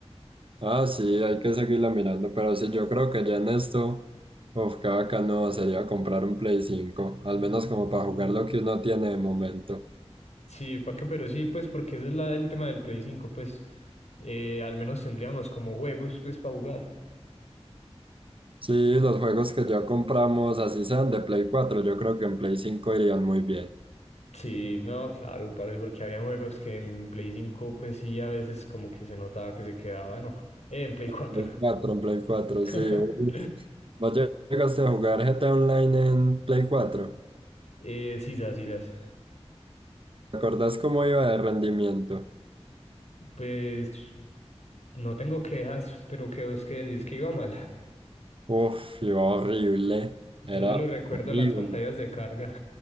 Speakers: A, on the right (about 50°); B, on the left (about 85°).
A: Ah, sí, hay que seguirla mirando, pero sí, yo creo que ya en esto, uf, qué bacano sería comprar un Play cinco, al menos como para jugar lo que uno tiene de momento.
B: Sí, ¿para qué? Pero sí, pues porque ese es la, el tema del Play cinco, pues eh, al menos tendríamos como juegos pues para jugar.
A: Sí, los juegos que ya compramos, así sean de Play cuatro, yo creo que en Play cinco irían muy bien.
B: Sí, no, claro, parce, porque había juegos que en Play 5 pues sí a veces como que se notaba que se quedaba, no, Eh, en Play cuatro
A: Play cuatro, en Play cuatro,
B: <laughs>
A: sí. uf. ¿Vos llegaste a jugar GTA Online en Play cuatro.
B: Eh, sisas, sisas.
A: ¿Te acordás cómo iba de rendimiento?
B: Pues no tengo quejas, pero que vos que decís que iba mal.
A: Uf, iba horrible,
B: Yo
A: era
B: solo recuerdo
A: horrible.
B: las pantallas de carga.